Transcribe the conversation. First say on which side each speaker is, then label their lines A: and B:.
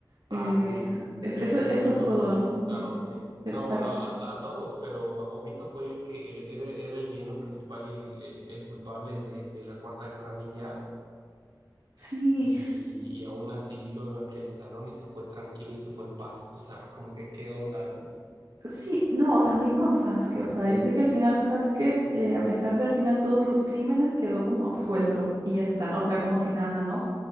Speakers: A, on the right; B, on the right.
A: eh,
B: Ah, sí,
A: es-
B: que,
A: eso,
B: que
A: eso
B: a Obito
A: es todo.
B: lo evangelizaron,
A: ujú,
B: sí.
A: Exacto.
B: No, bueno, a, a todos, pero Obito fue el que el- era, era el villano principal y el, el- el culpable de, de la Cuarta Guerra Ninja.
A: Sí,
B: Y, y aún así lo evangelizaron y se fue tranquilo y se fue en paz. O sea, como que qué onda, ¿no?
A: sí, no, también con Sasuke, o sea, yo sé que al final Sasuke, eh, a pesar del final todos los crímenes, quedó como absuelto y ya está, o sea, como si nada, ¿no?